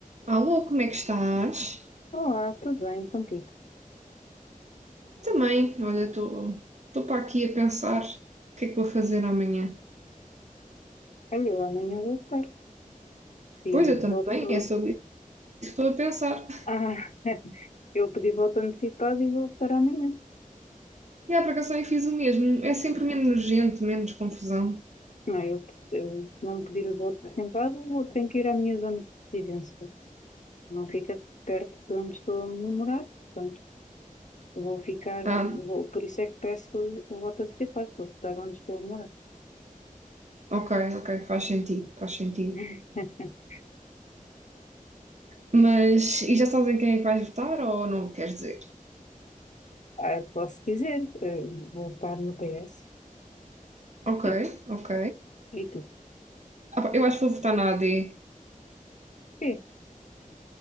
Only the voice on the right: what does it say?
Alô, como é que estás?
Também, olha, estou para aqui a pensar o que é que vou fazer amanhã.
Pois
eu também,
é sobre isso que estou a pensar.
E a para eu fiz o mesmo. É sempre menos gente, menos confusão.
Ah,
ok, ok, faz sentido, faz sentido.
Mas, e já sabes em quem é que vais votar ou não queres dizer?
Ok,
ok.
Ah, pá, eu acho que vou votar na AD.